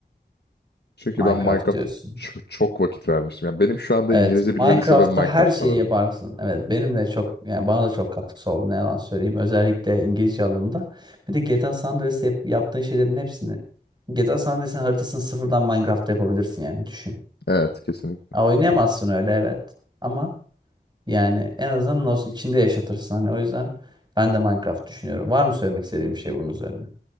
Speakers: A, on the left (about 75°); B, on the right (about 25°).
A: Çünkü
B: Minecraft
A: ben Minecraft'a
B: diyorsun.
A: ço- çok vakit vermiştim. Yani benim şu anda
B: Evet,
A: İngilizce
B: Minecraft'ta
A: bilmemin sebebi Minecraft
B: her şeyi
A: sanırım.
B: yaparsın. Evet, benim de çok yani bana da çok katkısı oldu ne yalan söyleyeyim. Özellikle İngilizce alanında. Bir de GTA San Andreas yap- yaptığın şeylerin hepsini GTA San Andreas'ın haritasını sıfırdan Minecraft'ta yapabilirsin yani düşün.
A: Evet kesinlikle.
B: Ha, oynayamazsın öyle evet. Ama yani en azından nos içinde yaşatırsın. Hani o yüzden ben de Minecraft düşünüyorum. Var mı söylemek istediğim bir şey bunun üzerine?